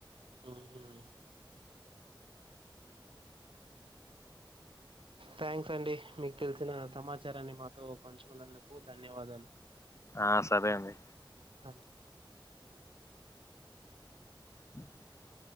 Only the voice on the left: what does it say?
ఆ సరే అండి
హ